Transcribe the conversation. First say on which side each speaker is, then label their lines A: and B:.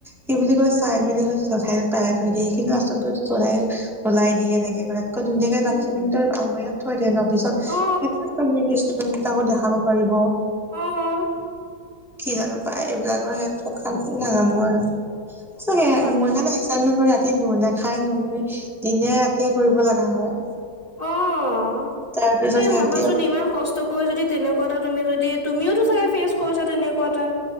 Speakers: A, in the centre; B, on the left.
A: সই বুলি কয় চাই মেলি চধাই পেলাই থৈ দিয়ে, কিন্তু আচলতো চধাই ওলাই দিয়ে এনেকে ধুনীয়াকে
B: উম,
A: গাখি পিনিতৰ আলমাৰি এটাত থৈ দে ন' পিছত
B: অ
A: সেইটোৱে নিদিষ্ট উম', তাকো দেখাব পাৰিব।
B: অ',
A: কি জানো পাই, এইবিলাকৰ ক্ষেত্ৰত শান্তি নাজানো আৰু। সঁচাকে
B: কাম
A: মোৰ নিচিনাকে আছাইটমেন ৰাতি নু খাই নুহুই দিনে ৰাতিয়ে কৰিব লগা হয়।
B: অ',
A: তাৰ পিছত
B: এই
A: সিহঁতি
B: ভাবাচোন ইমান কষ্ট চকুৱে কৰি যদি তেনেকুৱা এটা তুমি যদি, তুমিওঁ চাগে ফেচ কৰিছা তেনেকুৱা এটা।